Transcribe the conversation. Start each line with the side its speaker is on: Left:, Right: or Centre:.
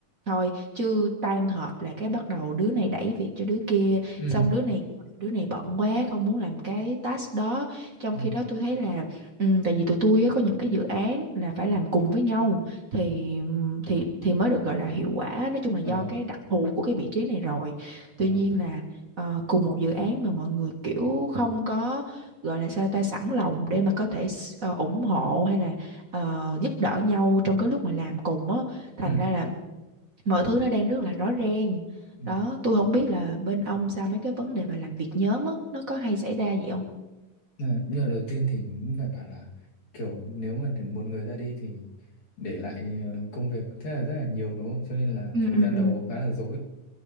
Right: thôi chứ tan họp là cái bắt đầu đứa này đẩy việc cho đứa kia
Left: Ừ.
Right: xong đứa này kêu là đứa này bận quá không muốn làm cái task đó trong
Left: Ừ.
Right: khi đó tôi thấy là ừ, tại vì tụi tôi á, có những cái dự án là phải làm cùng với nhau thì thì thì mới được gọi là hiệu quả nói chung là do
Left: ờ
Right: cái đặc thù của cái vị trí này rồi tuy
Left: ờ
Right: nhiên là ờ, cùng một dự án mà mọi người kiểu không có gọi là sao ta sẵn lòng để mà có thể s- ờ, ủng hộ hay là ờ, giúp đỡ nhau trong cái lúc mà làm cùng á thành
Left: ừ.
Right: ra là mọi thứ nó đang rất là rõ ràng
Left: Ừ.
Right: đó tôi không biết là bên ông sao mấy cái vấn đề mà làm việc nhóm á nó có hay xảy ra vậy không
Left: Ờ, nhưng mà đầu tiên thì cũng phải bảo là kiểu nếu mà để một người ra đi thì để lại ờ, công việc thế là rất là nhiều đúng không cho nên là
Right: ừ
Left: thời
Right: ừ
Left: gian
Right: ừ
Left: đầu khá là rối